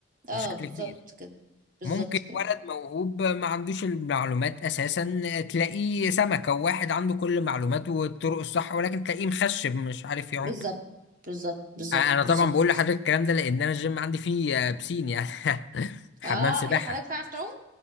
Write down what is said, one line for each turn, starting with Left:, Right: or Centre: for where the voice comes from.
Right: اه
Left: بشكل
Right: بالظبط
Left: كبير
Right: كده بالظبط
Left: ممكن
Right: كده
Left: ولد موهوب ما عندوش المعلومات اساسا تلاقيه سمكة وواحد عنده كل المعلومات والطرق الصح ولكن تلاقيه مخشب مش عارف يعوم
Right: بالظبط بالظبط بالظبط
Left: انا طبعا
Right: بالظبط
Left: بقول لحضرتك الكلام ده لان انا الجيم عندي فيه آه، بسين يعني <laughs> حمام
Right: اه
Left: سباحة
Right: ايه ده حضرتك بتعرف تعوم